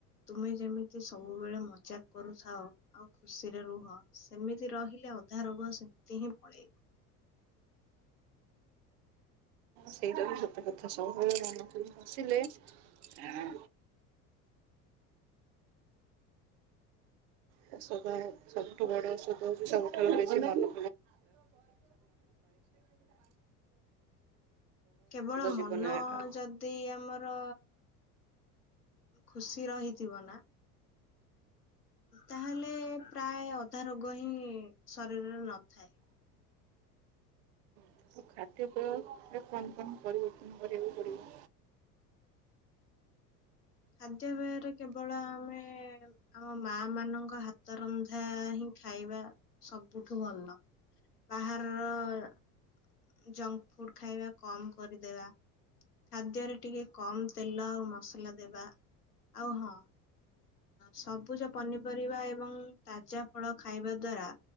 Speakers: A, on the left; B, on the right.
A: ତୁମେ ଯେମିତି ସବୁବେଳେ ମଜାକ୍ କରୁଥାଅ। ଆଉ ଖୁସିରେ ରୁହ ସେମିତି ରହିଲେ ଅଧା ରୋଗ ସେମିତି ହିଁ ପଳେଇବ।
B: ସେଇଟା ବି ସତ କଥା ସବୁବେଳେ ମନ ହସିଲେ ଆଁ ତା <inaudible> ସବୁଠୁ ବଡ ଔଷଧ ହେଉଛି ସବୁଠାରୁ ବେଶୀ ଭଲ <inaudible>
A: କେବଳ ମନ
B: ଜୀବନରେ ଆ
A: ଯଦି ଦି ଆମର ଖୁସି ରହିଥିବ ନା ତାହେଲେ ପ୍ରାୟ ଅଧା ରୋଗ ହିଁ ଶରୀରରେ ନଥାଏ।
B: ଆଉ ଖାଦ୍ୟପେୟରେ କଣ କଣ ପରିବର୍ତ୍ତନ କରିବାକୁ ପଡିବ?
A: ଖାଦ୍ୟପେୟରେ କେବଳ ଆମେ ଆମ ମା ମାନଙ୍କ ହାତ ରନ୍ଧା ହିଁ ଖାଇବା ସବୁଠୁ ଭଲ। ବାହାରର ଜଙ୍କ ଫୁଡ ଖାଇବା କମ କରିଦେବା। ଖାଦ୍ୟରେ ଟିକେ କମ ତେଲ ଆଉ ମସଲା ଦେବା ଆଉ ହଁ। ସବୁଜ ପନିପରିବା ଏବଂ ତାଜା ଫଳ ଖାଇବା ଦ୍ଵାରା